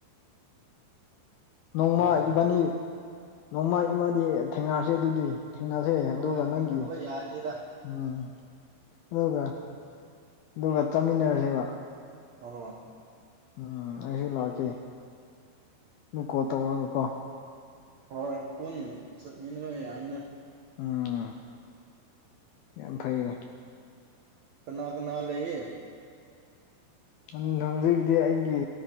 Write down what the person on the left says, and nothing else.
ꯅꯣꯡꯃ
ꯏꯕꯥꯅꯤ ꯅꯣꯡꯃ ꯏꯕꯥꯅꯤ ꯊꯦꯡꯅꯔꯁꯦ ꯑꯗꯨꯗꯤ ꯊꯦꯡꯅꯁꯦ ꯑꯗꯨꯒ
ꯅꯪꯒꯤ
ꯎꯝꯝ ꯑꯗꯨꯒ ꯑꯗꯨꯒ ꯆꯥꯃꯤꯟꯅꯔꯁꯦꯕ
ꯎꯝ ꯑꯩꯁꯨ ꯂꯥꯛꯀꯦ ꯃꯨꯛ ꯀꯣꯠ ꯇꯧꯔꯒ ꯀꯣ
ꯎꯝ ꯌꯥꯝ ꯐꯩꯌꯦ
ꯊꯪꯅꯕꯖꯤꯕꯨꯗꯤ ꯑꯩꯒꯤ